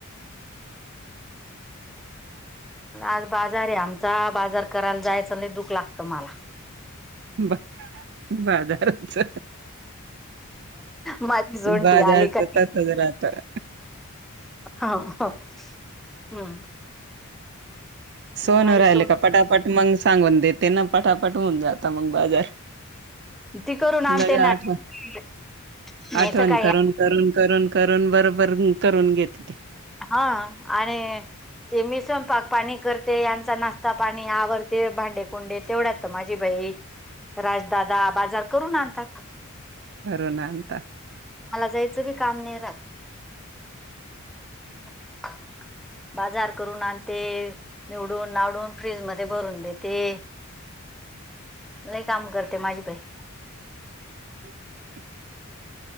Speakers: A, in the centre; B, on the right.
A: आज बाजार आहे आमचा, बाजार करायला जायचं नाही दुख लागत मला.
B: बा बाजारच.
A: माझी जोंटी
B: बाजार
A: आली काय
B: त्यातच राहतं.
A: हा. हो. हंम्म.
B: सोनू
A: माझी
B: राहिले
A: सोन
B: का पटापट मग सांगून देते ना, पटापट होऊन जात मग बाजार.
A: ती करून आणते
B: लगे
A: ना,
B: आठवण
A: मी
B: आठवण
A: सकाळी
B: करून
A: आ
B: करून करून करून बरोबर करून घेते ती.
A: हा आणि ते मी स्वयंपाक पाणी करते यांचा नाश्ता पाणी आवरते भांडेकुंडे. तेवढ्यात तर माझी बाई राजदादा बाजार करून आणतात.
B: घरून आणता.
A: मला जायचं बी काम नाही राहत. <inaudible> बाजार करून आणते निवडून, नावडून फ्रीज मध्ये भरून देते. लयी काम करते माझी बाई
B: <inaudible>